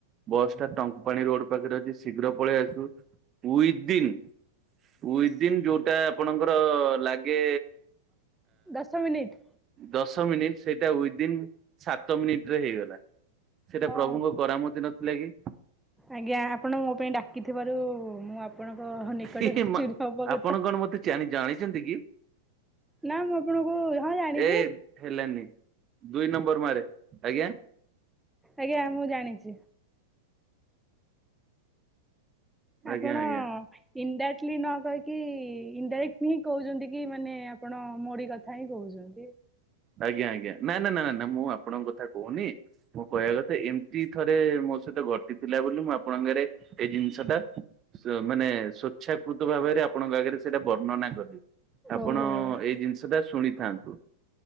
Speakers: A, on the right; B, in the centre.
A: ବସ୍ ଟା ଟଙ୍କ ପାଣି ରୋଡ ପାଖରେ ଅଛି ଶୀଘ୍ର ପଳେଇ ଆସୁ ଉଇଦିନ୍ ଉଇଦିନ ଯୋଉଟା ଆପଣଙ୍କର ଲାଗେ
B: ଦଶ ମିନିଟ୍
A: ଦଶ ମିନିଟ୍ ସେଇଟା ଉଇଦିନ୍ ସାତ ମିନିଟ୍ ରେ ହେଇଗଲା। ସେଟା
B: ହଁ
A: ପ୍ରଭୁଙ୍କ କରାମତି ନଥିଲା କି।
B: ଆଜ୍ଞା ଆପଣ ମୋ ପାଇଁ ଡାକିଥିବାରୁ ମୁଁ ଆପଣଙ୍କ ନିକଟରେ
A: ହି
B: ଚିରଉପକୃତା।
A: ମା ଆପଣ କଣ ମତେ ଜାଣି ଜାଣିଛନ୍ତି କି?
B: ନା ମୁଁ ଆପଣଙ୍କୁ ହଁ ଜାଣିଛି।
A: ଏ ହେଲାନି ଦୁଇ ନମ୍ବର ମାରେ ଆଜ୍ଞା।
B: ଆଜ୍ଞା ମୁଁ ଜାଣିଛି। ଆପଣ
A: ଆଜ୍ଞା ଆଜ୍ଞା।
B: ଇନଡାଇରେକ୍ଟଲି ନ କହିକି ଇନଡାଇରେକ୍ଟ ହିଁ କହୁଛନ୍ତି କି ମାନେ ଆପଣ ମୋଡି କଥା ହିଁ କହୁଛନ୍ତି
A: ଆଜ୍ଞା, ଆଜ୍ଞା ନା- ନା- ନା ଯେ ରହ ମୁଁ ଆପଣଙ୍କ କଥା କହୁନି ମୁଁ କହିବା କଥା ଏମିତି ଥରେ ମୋ ସହିତ ଘଟି ଥିଲା ବୋଲି ମୁଁ ଆପଣଙ୍କରେ। ଏ ଜିନିଷ ଟା ମାନେ ସ୍ଵଚ୍ଛାକୃତ ଭାବରେ ଆପଣଙ୍କ ଆଗରେ ସେଇଟା ବର୍ଣ୍ଣନା କରି ଆପଣ
B: ଓହୋ
A: ଏଇ ଜିନିଷ ଟା ଶୁଣିଥାନ୍ତୁ।